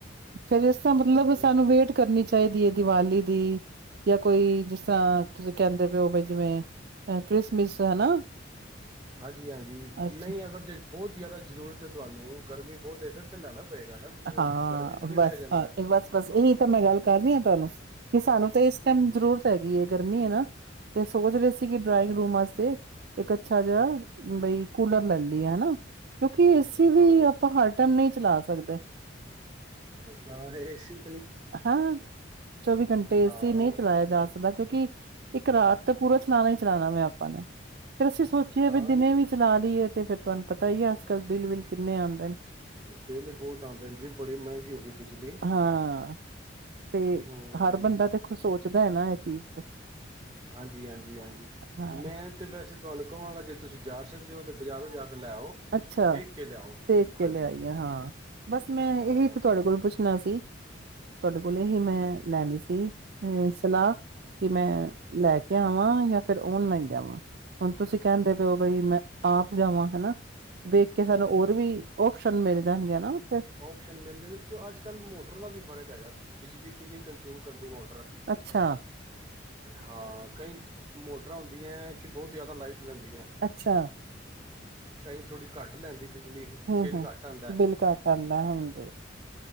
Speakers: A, on the right; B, on the right.
A: ਫਿਰ ਇਸ ਤ ਮਤਲਬ
B: ਹਾਂਜੀ।
A: ਸਾਨੂੰ ਵੇਟ ਕਰਨੀ ਚਾਹੀਦੀ ਹੈ ਦੀਵਾਲੀ ਦੀ ਜਾਂ ਕੋਈ ਜਿਸ ਤਰ੍ਹਾਂ ਤੁਸੀਂ ਕਹਿੰਦੇ ਪਏ ਹੋ ਬ ਜਿਵੇਂ ਫੈਕਟਰੀ ਮਿਸ ਹਨਾ
B: ਹਾਂਜੀ ਹਾਂਜੀ,
A: ਅੱਛਾ
B: ਨਹੀਂ ਅਗਰ ਜੇ ਬਹੁਤ ਜ਼ਿਆਦਾ ਜ਼ਰੂਰਤ ਹੈ ਤੁਹਾਨੂੰ ਗਰਮੀ ਬਹੁਤ ਹੈ ਫਿਰ ਤੇ ਲੈਣਾ ਪਏਗਾ ਨਾ,
A: ਹਾਂ
B: ਗਰਮੀ ਥੋੜੀ
A: ਬਸ
B: ਰਹਿ ਜਾਂਦਾ
A: ਹਾਂ ਬਸ ਬਸ ਇਹੀ ਤਾਂ ਮੈਂ ਗੱਲ ਕਰ ਰਹੀ ਹਾਂ ਤੁਹਾਨੂੰ, ਕਿ ਸਾਨੂੰ ਤਾਂ ਇਸ ਟਾਈਮ ਜ਼ਰੂਰਤ ਹੈਗੀ ਹੈ ਗਰਮੀ ਹੈ ਨਾ ਤੇ ਸੋਚ ਰਹੇ ਸੀ ਕਿ
B: ਹਾਂ
A: ਡਰਾਇੰਗ ਰੂਮ ਵਾਸਤੇ, ਇੱਕ ਅੱਛਾ ਜਿਹਾ, ਬਈ ਕੂਲਰ ਲੈਂਨੀ ਹੈ, ਹਨਾ ਕਿਉਂਕਿ ਏਸੀ ਵੀ
B: ਹਾਂ
A: ਆਪਾਂ ਹਰ ਟਾਈਮ ਨਹੀਂ ਚਲਾ ਸਕਦੇ
B: ਹਾਂ, ਏ ਸੀ
A: ਹਾਂ ਚੌਵੀ ਘੰਟੇ
B: ਹਾਂ
A: ਅੇ ਸੀ ਨਹੀਂ ਚਲਾਇਆ ਜਾ ਸਕਦਾ ਕਿਉਂਕਿ ਇੱਕ ਰਾਤ ਤਾਂ ਪੂਰਾ ਚਲਾਣਾ ਹੀ ਚਲਾਣਾ ਮੈਂ ਆਪਾਂ ਨੇ, ਫਿਰ ਅਸੀਂ ਸੋਚੀਏ
B: ਹਾਂ
A: ਵੀ ਦਿਨੇ ਵੀ ਚਲਾ ਰਏ ਤੇ ਫਿਰ ਤੁਹਾਨੂੰ ਪਤਾ ਹੀ ਹੈ ਅੱਜ ਕੱਲ ਬਿੱਲ ਬਿੱਲ ਕਿਨੇ ਆਉਂਦੇ ਨੇ
B: ਬਿੱਲ ਬਹੁਤ ਆਂਦੇ ਨੇ ਜੀ, ਬੜੀ ਮਹਿੰਗੀ ਹੋ ਗਈ ਬਿਜਲੀ
A: ਹਾਂ, ਤੇ
B: ਹਮ
A: ਹਰ ਬੰਦਾ ਤੇ ਸੋਚਦਾ ਹੈ ਨਾ ਇਹ ਚੀਜ਼ ਤੇ
B: ਹਾਂਜੀ ਹਾਂਜੀ ਹਾਂਜੀ,
A: ਹਾਂ
B: ਮੈਂ ਤੇ ਵੈਸੇ ਤੁਹਾਨੂੰ ਕਹਵਾਂਗਾ ਜੇ ਤੁਸੀਂ ਜਾ ਸਕਦੇ ਹੋ ਤੇ ਬਾਜ਼ਾਰੋਂ ਜਾ ਕੇ ਲੈ ਆਓ
A: ਅੱਛਾ
B: ਵੇਖ ਕੇ ਲਿਆਓ
A: ਦੇਖ ਕੇ
B: ਹਾਂਜੀ
A: ਲਿਆਈਏ ਹਾਂ, ਬਸ ਮੈਂ
B: ਹਾਂ,
A: ਇਹੀ ਤੇ ਤੁਹਾਡੇ ਕੋਲ ਪੁੱਛਣਾ ਸੀ ਤੁਹਾਡੇ ਕੋਲ ਹੀ ਮੈਂ ਲੈਂਨੀ ਸੀ ਅ ਸਲਾਹ ਕਿ ਮੈਂ ਲੈ ਕੇ ਆਵਾਂ, ਜਾਂ ਫਿਰ ਔਨਲਾਈਨ ਜਾਵਾਂ ਤੁਸੀ ਕਹਿੰਦੇ ਪਏ ਔ ਮੈਂ ਆਪ ਜਾਵਾਂ ਵੇਖ ਕੇ ਸਾਨੂੰ ਹੋਰ ਵੀ ਔਪਸ਼ਨ ਮਿਲ ਜਾਨਗੇ ਨਾ ਉੱਥੇ,
B: ਔਪਸ਼ਨ ਮਿਲ ਜਾਂਦੇ, ਕਿਉਂ ਅੱਜ-ਕੱਲ੍ਹ ਮੋਟਰ ਦਾ ਵੀ ਫਰਕ ਹੈਗਾ, ਬਿਜਲੀ ਕਿੰਨੀ ਕੰਜਊਮ ਕਰਦੀ ਮੋਟਰ
A: ਅੱਛਾ,
B: ਹਾਂ, ਕਈ ਮੋਟਰਾਂ ਹੁੰਦੀਆਂ ਹੈ, ਕਿ ਬਹੁਤ ਜ਼ਿਆਦਾ ਲਾਈਟ ਲੈਂਦੀਏ।
A: ਅੱਛਾ,
B: ਕਈ ਥੋੜ੍ਹੀ ਘੱਟ ਲੈਂਦੀ ਬਿਜਲੀ,
A: ਹਮ
B: ਬਿੱਲ
A: ਹਮ
B: ਘੱਟ ਆਦੇਂ।
A: ਬਿੱਲ ਘੱਟ ਆਉਂਦਾ ਹਮ